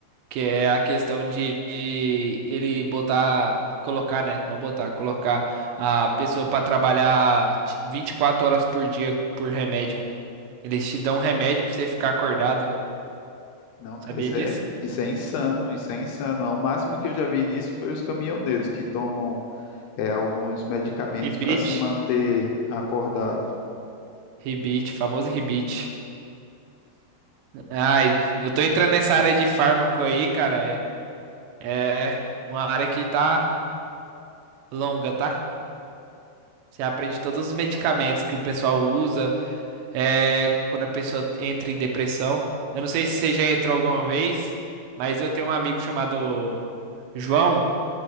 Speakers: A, on the right; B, on the left.
A: Que é a questão de de ele botar, colocar, né? Não botar, colocar a pessoa pra trabalhar t- 24 horas por dia por remédio. Eles te dão um remédio pra você ficar acordado.
B: Não, cara,
A: Sabia
B: isso
A: disso?
B: é, isso é insano, isso é insano. O máximo que eu já vi nisso foi os caminhoneiros que tomam é, alguns medicamentos
A: Rebite.
B: para se manter acordado.
A: Rebite, famoso rebite. Ai, eu tô entrando nessa área de fármaco aí, cara. É, é uma área que tá longa, tá? Você aprende todos os medicamentos que o pessoal usa, é, quando a pessoa entra em depressão. Eu não sei se você já entrou alguma vez, mas eu tenho um amigo chamado João,